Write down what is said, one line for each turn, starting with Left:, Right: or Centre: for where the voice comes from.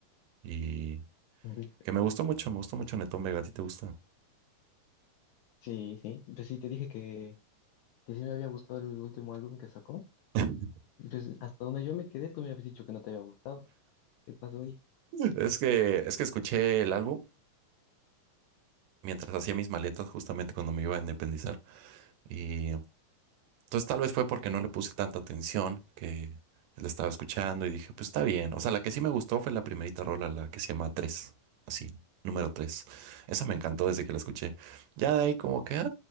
Right: y
Left: Ujú.
Right: que me gustó mucho, me gustó mucho Netón Vega. ¿A ti te gusta?
Left: Sí, sí. Pues sí, te dije que, que sí me había gustado el último álbum que sacó.
Right: <laughs>
Left: Pues hasta donde yo me quedé, tú me habías dicho que no te había gustado. ¿Qué pasó ahí?
Right: Es que, es que escuché el álbum mientras hacía mis maletas justamente cuando me iba a independizar. Y Entonces tal vez fue porque no le puse tanta atención que la estaba escuchando y dije, pues está bien. O sea, la que sí me gustó fue la primerita rola, la que se llama 3 así, número tres Esa me encantó desde que la escuché. Ya de ahí como que, ah,